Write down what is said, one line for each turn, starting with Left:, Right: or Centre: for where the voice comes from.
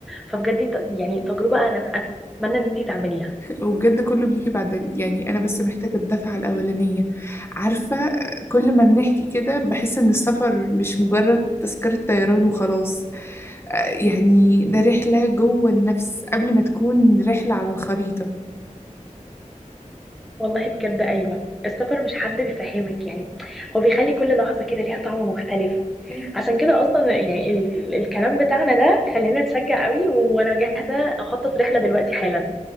Centre: فبجد ت- يعني تجربه انا اتمنى ان انتي تعمليها
Left: وبجد كله بيجي بعد يعني انا بس محتاجه الدفعه الاولانيه عارفه كل ما بنحكي كده بحس ان السفر مش مجرد تذكره طيران وخلاص آه، يعني ده رحله جوه النفس قبل ما تكون رحله على الخريطه
Centre: والله بجد أيوة السفر مش حد بيفهمك يعني هو بيخلي كل لحظة كده ليها طعم مختلف
Left: أيوة.
Centre: عشان كده أصلا يعني ال ال- الكلام بتاعنا ده خلينا نتشجع قوي وأنا جاهزة أخطط رحلة دلوقتي حالا